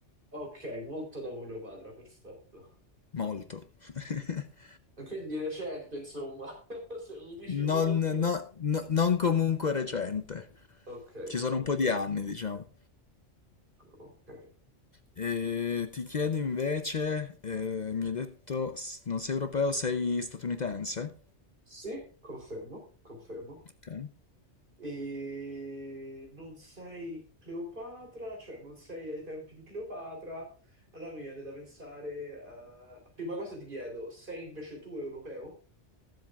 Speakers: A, on the right (about 50°); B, on the left (about 45°).
A: ok, molto dopo Cleopatra, perfetto.
B: Molto. <laughs>
A: Quindi recente, insomma, <laughs> se mi dici molto.
B: Non, no- no- non comunque recente.
A: Ok,
B: Ci sono
A: ok,
B: un po' di anni, diciamo.
A: ok.
B: E ti chiedo invece, eh, mi hai detto, s- non sei europeo, sei statunitense?
A: Sì, confermo, confermo.
B: Ok.
A: e non sei Cleopatra, cioè non sei ai tempi di Cleopatra, allora mi viene da pensare, eh, prima cosa ti chiedo, sei invece tu europeo?